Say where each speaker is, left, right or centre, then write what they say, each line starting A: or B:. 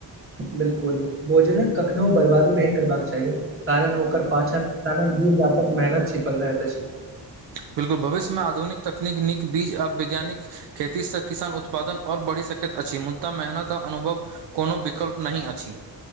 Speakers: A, on the right (about 30°); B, on the right (about 70°).
A: बिल्कुल भोजन कऽ कखनो बर्बादी नहि करबा कऽ चाही कारण ओकर पाछानल दिन रात कऽ मेहनत छिपकल रहै ती
B: बिल्कूल भविष्य मे आधुनिक तकनीकऽ नीक बीज आ वैज्ञानिक खेतीसँ किसान उत्पादन ओर बढ़ि सकैत अछि मुद्दा मेहनत आ अनुभव कोनो विकल्प नहि अछि